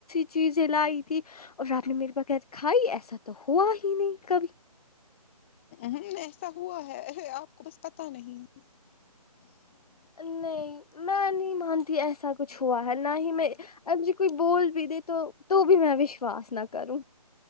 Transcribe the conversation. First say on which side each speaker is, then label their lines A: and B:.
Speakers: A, on the left (about 70°); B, on the left (about 20°).
A: چیزیں لائی تھی اور رات مے میرے بغیر کھائی ایسا تو ہوا ہی نہیں کبھی
B: ہ ایسا ہوا ہے آپ کو بس پتا نہیں ہ
A: نہیں میں نہیں مانتی ایسا کچھ ہوا ہے نہ ہی میں اگر جی کوئی بول بھی دے تو تو بھی میں وشواس نہ کروں